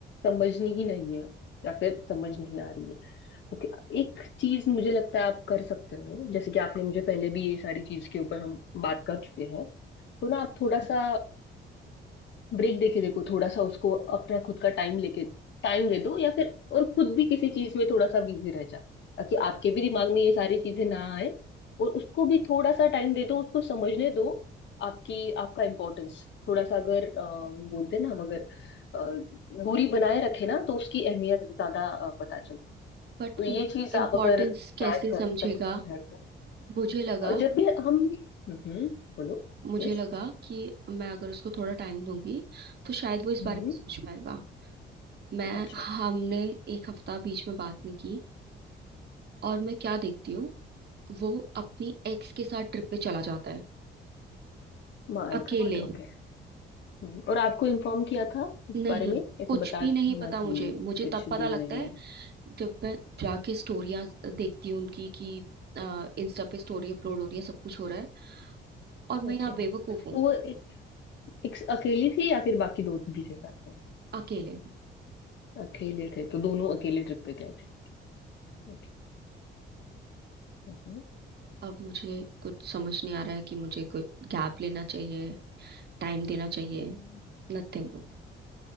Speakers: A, on the left; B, on the right.
A: समझनी ही नहीं है या फिर समझ नहीं आ रही है ओके एक चीज मुझे लगता है आप कर सकते हो जैसे कि आपने मुझे पहले भी ये सारी चीज के ऊपर हम बात कर चुके हैं तो ना आप थोड़ा सा ब्रेक देके देखो थोड़ा सा उसको अपना खुद का टाइम लेके टाइम दे दो या फिर और खुद भी किसी चीज में थोड़ा सा बिजी रह जा ताकि आपके भी दिमाग में ये सारी चीजें ना आए और उसको भी थोड़ा सा टाइम दे दो उसको समझने दो आपकी आपका इम्पोर्टेंस थोड़ा सा अगर अ, वो बोलते हैं ना हम अगर अ, दूरी बनाए रखे ना तो उसकी अहमियत ज्यादा अ, पता चलती है।
B: बट
A: तो ये
B: वो
A: चीज आप
B: इम्पोर्टेंस
A: अगर ट्राई
B: कैसे
A: कर
B: समझेगा
A: सकते हैं तो
B: मुझे लगा
A: अ, जब भी हम हम्म बोलो
B: मुझे
A: यस
B: लगा कि मैं अगर उसको थोड़ा टाइम दूंगी तो शायद वो इस
A: हम्म
B: बारे में सोच पाएगा मैं
A: अच्छा
B: हमने एक हफ्ता बीच में बात नहीं की और मैं क्या देखती हूँ वो अपनी एक्स के साथ ट्रिप पे चला जाता है
A: My
B: अकेले
A: god okay हम्म, और आपको इन्फॉर्म किया था इस
B: नहीं
A: बारे में ऐसे
B: कुछ
A: बताना
B: भी नहीं पता मुझे
A: ही
B: मुझे
A: कुछ
B: तब
A: भी
B: पता लगता
A: नहीं
B: है जब मैं जाके स्टोरियाँ देखती हूँ उनकी कि इंस्टा पे स्टोरी
A: हम्म,
B: अपलोड हो रही है सब कुछ हो रहा है और मैं
A: ओके
B: यहाँ बेवकूफ
A: तो
B: हूँ
A: वो ए- एक अकेली थी या फिर बाकी दो भी थे साथ में
B: अकेले
A: अकेले थे तो दोनों अकेले ट्रिप पे गए थे ओके हम्म।
B: अब मुझे कुछ समझ नहीं आ रहा है कि मुझे कुछ गैप लेना चाहिए टाइम देना चाहिए
A: हम्म।
B: नथिंग